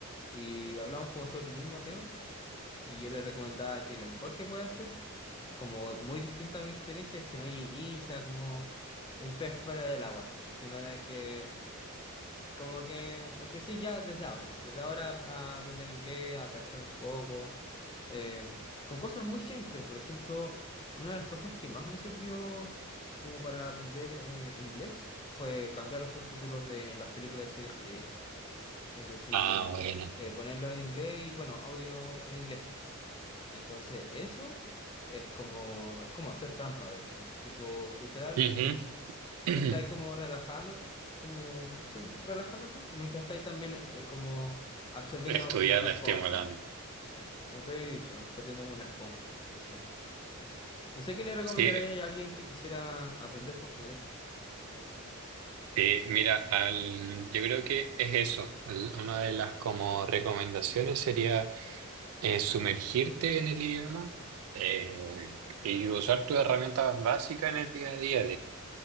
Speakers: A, on the left (about 20°); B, on the right (about 75°).
A: y hablamos como sobre el mismo tema Y yo le recomendaba que lo mejor que puede hacer, como muy distinto a mi experiencia, es que no llegué y sea como un pez fuera del agua, sino de que como que empecé ya desde ahora, desde ahora a aprender inglés, a cachar un poco, eh, con cosas muy simples. Por ejemplo, una de las cosas que más me sirvió como para aprender eh, inglés fue cambiar los subtítulos de las películas y series que veía. Es decir,
B: Ah, bueno.
A: eh, ponerlo en inglés y bueno, audio en inglés también. Entonces, eso es como, es como hacer trampa, de hecho. Tipo, literal,
B: Ujú. <clears throat>
A: estáis como relajándote, como, sí, relajándote, mientras estáis también eh, como absorbiendo
B: Estudiando,
A: como una esponja.
B: estimulando.
A: Exacto, como te había dicho, absorbiendo como una esponja. Entonces, sí. No sé qué le recomendaría
B: Sí,
A: a alguien que quisiera aprender portugués. Mm,
B: Sí, mira, al- yo creo que es eso. El- una de las como recomendaciones sería eh, sumergirte en el idioma eh, y usar tus herramientas básicas en el día a día